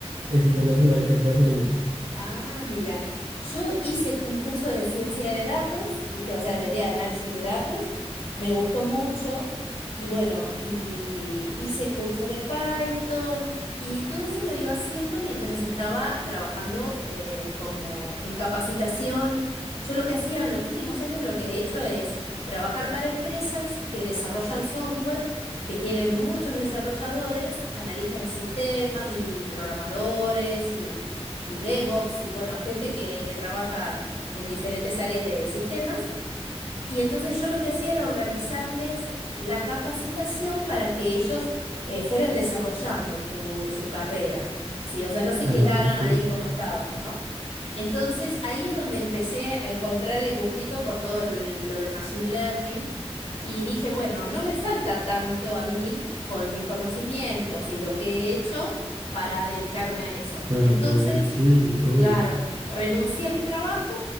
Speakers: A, on the right (about 45°); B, on the left (about 60°).
A: es internacional, es brasileña.
B: Ah, mira, yo hice un curso de ciencia de datos, ¿viste? O sea, sería de análisis de datos, me gustó mucho y bueno, y hice curso de Python y todo eso lo iba haciendo mientras estaba trabajando eh, como en capacitación. Yo lo que hacía en los últimos años, lo que he hecho es trabajar para empresas que desarrollan software, que tienen muchos desarrolladores, analistas de sistemas y programadores y DevOps y bueno, gente que, que trabaja en diferentes áreas de sistemas. Y entonces yo lo que hacía era organizarles la capacitación para que ellos eh, fueran desarrollando su, su carrera, ¿sí? O sea, no se
A: Ah,
B: quedaran
A: ok.
B: ahí como estaban, ¿no? Entonces ahí es donde empecé a encontrar el gustito por todo el- lo de Machine Learning y dije, bueno, no me falta tanto a mí con mis conocimientos y lo que he hecho para dedicarme a eso.
A: Para
B: Entonces
A: poder, sí, obvio.
B: Claro, renuncié a mi trabajo